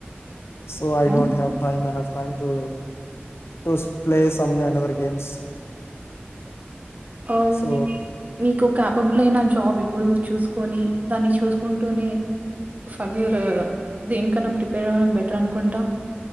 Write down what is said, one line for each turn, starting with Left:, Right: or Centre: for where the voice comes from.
Left: so
Right: okay
Left: I don't have time enough టైన్ to just play some or other games
Right: um
Left: so
Right: మీకు కపబుల్ అయిన జాబ్ ఇప్పుడు చూస్ కొని దాన్ని చూసుకుంటూనే ఫర్దర్ దేనికన్నా ప్రిపేర్ అవ్వడం బెటర్ అనుకుంటా